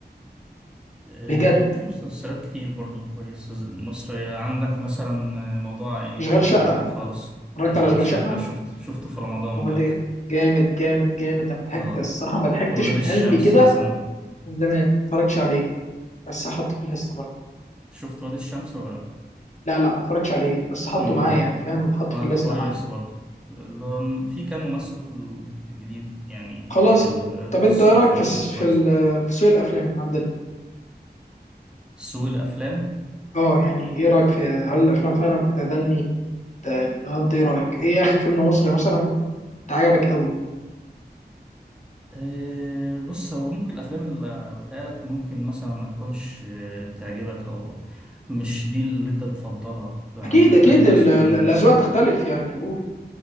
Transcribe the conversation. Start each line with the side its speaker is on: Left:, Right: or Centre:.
Centre: آه،
Left: بجد
Centre: في مسلسلات كتير برضو كويسة ز- مصرية عندك مثلا آه، موضوع عائلي
Left: اشغال
Centre: كان عاجبني
Left: شقه
Centre: خالص
Left: اتفرجت
Centre: أشغال
Left: على اشغال
Centre: شقة
Left: شقه
Centre: شفت شفته في رمضان
Left: كوميدي
Centre: بقى
Left: جامد جامد جامد انا ضحكت
Centre: <laughs> اه
Left: الصراحه ما ضحكتش
Centre: ولاد
Left: من
Centre: الشمس
Left: قلبي كده
Centre: مثلا
Left: من زمان ما اتفرجتش عليه بس حطه في الليسته
Centre: شفت ولاد الشمس ولا لا؟
Left: لا لا ما اتفرجتش عليه بس حطه
Centre: امم
Left: معايا يعني فاهم حطه
Centre: اه
Left: في الليسته
Centre: كويس
Left: معايا
Centre: برضو ال- في كام ممثل جديد يعني
Left: خلاص
Centre: في ال-
Left: طب
Centre: في
Left: انت
Centre: السوق
Left: ايه رايك
Centre: فده
Left: في الس-
Centre: كويس
Left: في ال- في سوق الافلام عندنا
Centre: سوق الأفلام
Left: اه يعني ايه رايك في هل الافلام فعلا في تدني ت- انت ايه رايك ايه اخر فيلم مصري مثلا انت عجبك قوي
Centre: أه بص هو ممكن الأفلام اللي أقولها لك ممكن مثلا ما تكونش آه، تعجبك أو مش دي اللي أنت تفضلها أنا
Left: اكيد
Centre: بالنسبة
Left: اكيد
Centre: لي مثلا
Left: ال- ال- الاذواق تختلف يعني قول